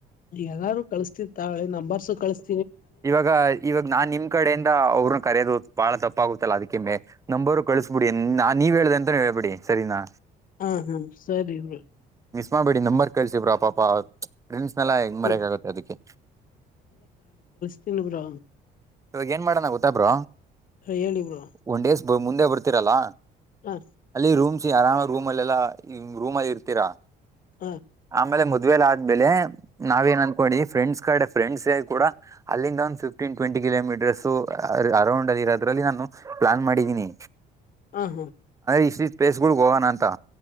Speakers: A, on the left; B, on the right.
A: ಎಲ್ಲಾರು ಕಳಸ್ತಿವಿ ತಾಳಿ ನಂಬರ್ಸು ಕಳಸ್
B: ಇವಾಗ ಇವಾಗ ನಾನ್ ನಿಮ್ ಕಡೆಯಿಂದ ಅವ್ರನು ಕರೆಯೋದು ಬಾಳ ತಪ್ಪ್ ಆಗುತ್ತಲ್ಲಾ ಅದಕ್ಕೆಮೇ ನಂಬವರು ಕಳ್ಸಬಿಡಿ ನಾ ನೀವ್ ಹೇಳ್ದೆ ಅಂತ ಹೇಳ್ಬಿಡಿ ಸರಿನಾ.
A: ಹ್ಮ ಹ್ಮ ಸರಿ ಬ್ರೋ.
B: ಮಾಡಬೇಡಿ ನಂಬರ್ ಕಲ್ಸಿ ಬ್ರೋ ಪಾಪ ಫ್ರೆಂಡ್ಸ್ ನೆಲ್ಲಾ ಹೆಂಗ್ ಮರಯಕ್
A: ಹ್ಮ್
B: ಆಗತ್ತೆ ಅದಕ್ಕೆ.
A: ತಿಿನಿ ಬ್ರಾ
B: ಇವಾಗ ಏನ್ ಮಾಡೋಣ ಗೊತ್ತಾಬ್ರ
A: ಹೇಳಿ ಬ್ರೋ
B: ಒಂದ್ ಡೇಸ್ ಮುಂದೆ ಬರ್ತೀರಲ್ಲ
A: ಹಾ
B: ಅಲ್ಲಿ ರೂಮ್ಸ ಆರಾಮ ರೂಮ್ ಅಲ್ಲೆಲ್ಲಾ ರೂಮ್ ಅಲ್ಲಿ ಇರ್ತೀರಾ
A: ಹ್ಮ
B: ಆಮೇಲೆ ಮದ್ವೆಲ ಆದ್ಮೇಲೆ ನಾವ ಏನ್ ಅನ್ಕೊಂಡಿ ಫ್ರೆಂಡ್ಸ್ ಕಡೆ ಫ್ರೆಂಡ್ಸ್ ಕೂಡ ಅಲ್ಲಿಂದ ಒಂದ್ ಫಿಫ್ಟೀನ್ ಟ್ಂಟಿ ಕಿಲೋಮೀಟರ್ ಅರೌಂಡ್ ಅಲ್ಲಿಿರೋದ್ರಲ್ಲಿ ನಾನು ಪ್ಲಾನ್ ಮಾಡಿದೀನಿ
A: ಹಾ ಹಾ
B: ಇಷ್ಟ ಪ್ಲೇಸ್ಗಳು ಗೋವಾನ ಅಂತ